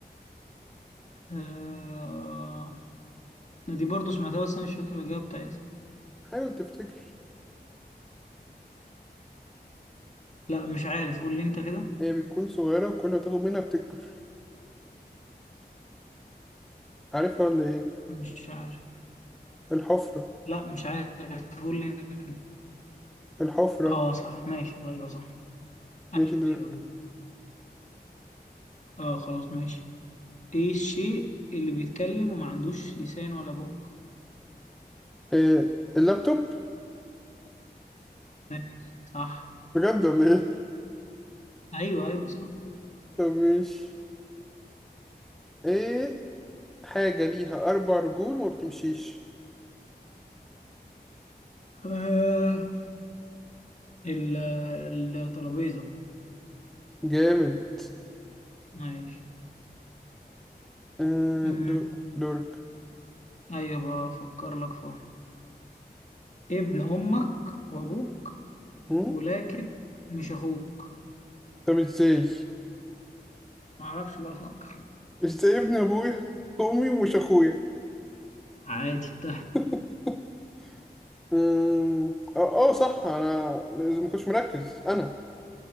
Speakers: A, on the left (about 45°); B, in the centre.
A: آه... دي برضو سمعتها بس أنا مش فاكر الإجابة بتاعتها
B: حاول تفتكر
A: لا مش عارف قول لي أنت كده
B: هي بتكون صغيرة وكل ما تاخد منها بتكبر عارفها ولا ايه
A: مش عارف
B: الحفرة
A: لا مش عارف قول لي أنت.
B: الحفرة
A: اه
B: <laughs>
A: صح ماشي ايوه صح ايوه
B: ماشي دورك
A: ايوه أيوة. اه خلاص ماشي ايه الشيء اللي بيتكلم وما عندوش لسان ولا بق
B: إيه اللابتوب
A: ماشي صح
B: بجد ولا ايه
A: ايوه ايوه صح
B: طب ماشي ايه حاجة ليها أربع رجول وما بتمشيش
A: آه. ال- الترابيزة
B: جامد
A: ماشي
B: آه
A: أمم،
B: دور دورك
A: ايوه بفكر لك فيها ابن امك وابوك
B: هم؟
A: ولكن مش اخوك
B: طب ازاي
A: معرفش بقى افكر
B: ازاي ابن أبويا أمي ومش أخويا
A: عادي بتحت
B: <laughs> آم، اه آه، صح أنا ما كنتش مركز أنا